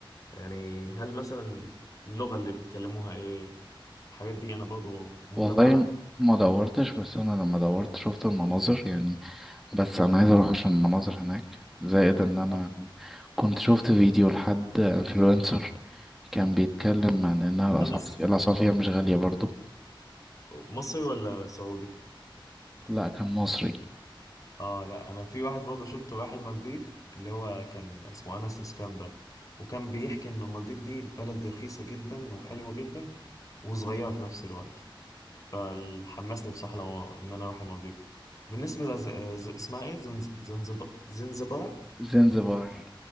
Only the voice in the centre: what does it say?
والله
ما دورتش بس انا لما دورت شفت المناظر يعني بس انا عايز اروح عشان المناظر هناك زائد ان انا
كنت شفت فيديو لحد انفلونسر كان بيتكلم عن انها
الأصح-
الاسعار فيها مش غالية برضو
لا كان مصري
زنزبار